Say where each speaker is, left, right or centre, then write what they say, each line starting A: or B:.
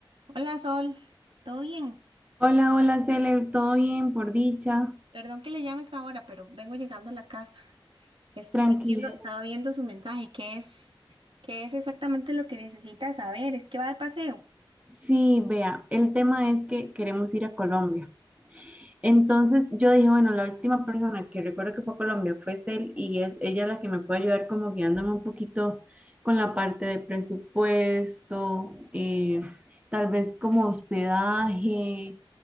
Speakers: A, on the right (about 75°); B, on the right (about 15°).
A: Hola Sol, ¿todo bien?
B: Hola, hola, Cele, ¿todo bien? Por dicha,
A: Perdón que le llame a esta hora, pero vengo llegando a la casa. Este,
B: tranquila.
A: estaba viendo, estaba viendo su mensaje, ¿qué es? ¿Qué es exactamente lo que necesita saber? Es que va de paseo.
B: Sí, vea, el tema es que queremos ir a Colombia. Entonces yo dije, bueno, la última persona que recuerdo que fue a Colombia fue Cel y es ella la que me puede ayudar como guiándome un poquito con la parte de presupuesto, eh, tal vez como hospedaje,